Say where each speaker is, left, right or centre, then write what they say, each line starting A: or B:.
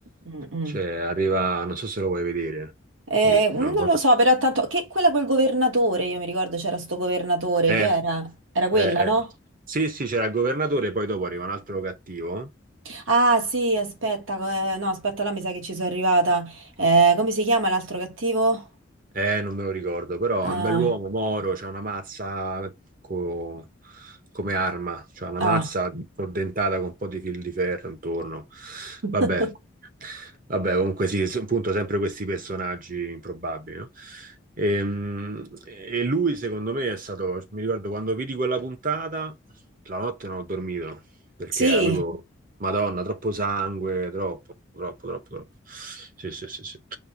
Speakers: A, on the right (about 85°); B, on the right (about 45°).
A: mm, mm.
B: Cioè, arriva, non so se lo vuoi vedere.
A: Eh,
B: Io non
A: non
B: voglio-
A: lo so, però tanto... Che quella col governatore, io mi ricordo c'era sto governatore,
B: Eh,
A: che era? Era quella,
B: eh,
A: no?
B: eh. Sì, sì, c'era il governatore, poi dopo arriva un altro cattivo.
A: Ah, sì, aspetta, eh, no, aspetta, là mi sa che ci sono arrivata. Eh, come si chiama l'altro cattivo?
B: Eh, non me lo ricordo, però
A: Ah,
B: è un bell'uomo, Moro, c'ha una mazza co- come arma, c'ha una
A: ah.
B: mazza addentata con un po' di fil di ferro intorno.
A: <laughs>
B: Vabbè, vabbè, comunque sì, s- appunto sempre questi personaggi improbabili, no? Ehm, E, lui secondo me è stato, mi ricordo quando vidi quella puntata, la notte non ho dormito, perché
A: Sì,
B: avevo, Madonna, troppo sangue, troppo, troppo, troppo, troppo. Sì, sì, sì, sì.